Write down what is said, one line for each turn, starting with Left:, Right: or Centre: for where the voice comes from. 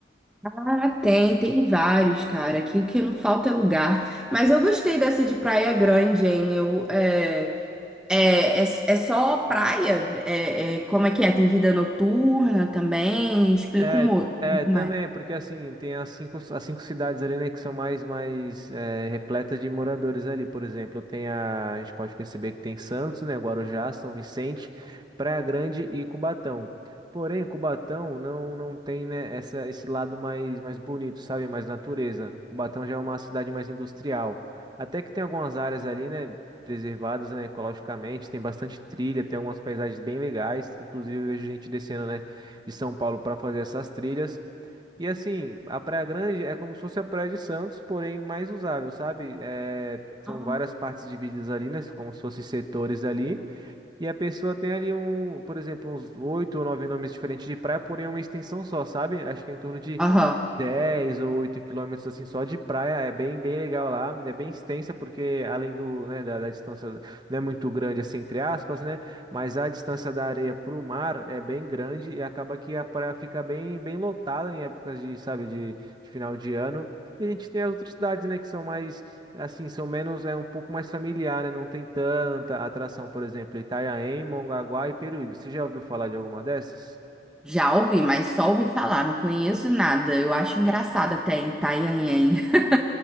Centre: Ah, tem, tem vários, cara. Aqui o que não falta é lugar. Mas eu gostei dessa de Praia Grande, hein? Eu, é, é, é, é só praia? É, é, como é que é? Tem vida noturna também? Explica
Right: É,
Centre: um, mo-
Right: t-
Centre: um
Right: é,
Centre: pouco
Right: também,
Centre: mais.
Right: porque assim, tem as cinco, as cinco cidades ali, né, que são mais, mais é, repletas de moradores ali. Por exemplo, tem a, a gente pode perceber que tem Santos, né, Guarujá, São Vicente, Praia Grande e Cubatão. Porém, Cubatão não, não tem, né, essa, esse lado mais, mais bonito, sabe, mais natureza. Cubatão já é uma cidade mais industrial. Até que tem algumas áreas ali, né, preservadas, né, ecologicamente, tem bastante trilha, tem algumas paisagens bem legais, inclusive eu vejo gente descendo, né, de São Paulo para fazer essas trilhas. E assim, a Praia Grande é como se fosse a Praia de Santos, porém mais usável, sabe? É, são
Centre: Ah.
Right: várias partes divididas ali, né? Como se fossem setores ali. E a pessoa tem ali um, por exemplo, uns oito ou nove nomes diferentes de praia, porém é uma extensão só, sabe? Acho que é em torno de
Centre: Aham.
Right: 10 ou 8 quilômetros assim só de praia, é bem bem legal lá, é bem extensa porque além do, né, da, da distância não é muito grande assim entre aspas, né, mas a distância da areia para o mar é bem grande e acaba que a praia fica bem bem lotada em épocas de, sabe, de, de final de ano. E a gente tem as outras cidades, né, que são mais assim, são menos é um pouco mais familiar, né, não tem tanta atração, por exemplo, Itanhaém, Mongaguá e Peruíbe. Você já ouviu falar de alguma dessas?
Centre: Já ouvi, mas só ouvi falar, não conheço nada. Eu acho engraçado até em Itanhaém. <laughs>